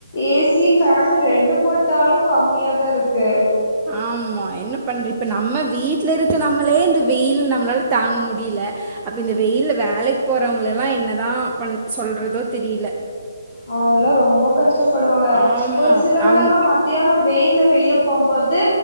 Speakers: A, on the left (about 40°); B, on the right (about 15°).
A: ஏசி ஃபேனு ரெண்டு போட்டாலு கம்மியா தா இருக்கு
B: ஆமா என்ன பண்ற இப்ப நம்ம வீட்டுல இருக்க நம்மளே இந்த வெயில் நம்மளால தாங்க முடியல அப்ப இந்த வெயில்ல வேலைக்கு போறவுங்களெல்லா என்ன தா பண் சொல்கிறதோ தெரியல
A: அவுங்கல்லா ரொம்ப கஷ்டப்படுவாங்க
B: ஆமாம்
A: ஒரு சில நேரம்
B: அவங்க
A: நா மத்தியானம் வெயில்ல வெளியே போகும்போது